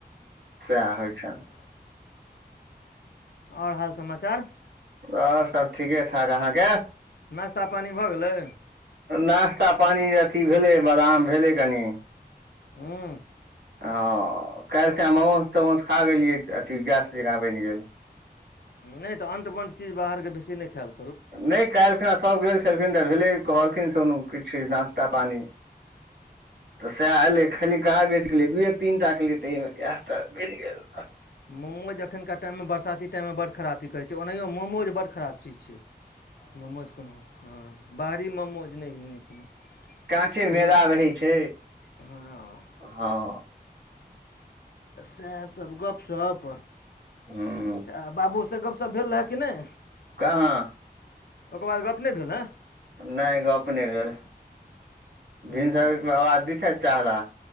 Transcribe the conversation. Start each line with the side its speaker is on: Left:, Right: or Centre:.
Right: सैह होइ छैन।
Left: आओर हाल-समाचार।
Right: आओर सब ठीके-ठाक अहाँके?
Left: नास्ता पानी भऽ गेलै?
Right: नाास्ता पानि अथी भेलै बादाम भेलै कनी।
Left: हँ।
Right: हँ काल्हि त ममोज तमाोज खा गेलियै अथी गैस जका बनि गेल।
Left: नहि तऽ अण्ट बणट चीज बाहरके बेसी नहि खैल।
Right: नहि काल्हिखिन सभ गेल छलखिन तऽ भेलै कहलखिन सोनू किछु नाास्ता-पानी तऽ सएह एलै खाली कहाँ बेच गेलियै दूए तीन टा केलियै तऽ ईमे गैस तऽ बनि गेल।
Left: मोमोज अखनका टाइममे बरसाती टाइममे बड खराब पी करै छै ओनाहियो मोमोज बड्ड खराब चीज छै, मोमोज कोनो हँ बाहरी मोमौज नहि, नहि नीक।
Right: काँचे
Left: ताहिमे
Right: मैदा रहै छै।
Left: हँ
Right: हँ।
Left: सैह सब गपशप।
Right: ह
Left: आ बाबूसँ गपशप भेल रहए कि नहि?
Right: कहाँ।
Left: ओकर बाद गप नहि भेल हँ?
Right: नहि गप नहि भेल
Left: हेँ
Right: भिनसरकेो
Left: अच्छा
Right: आवाज दिखा चाहला।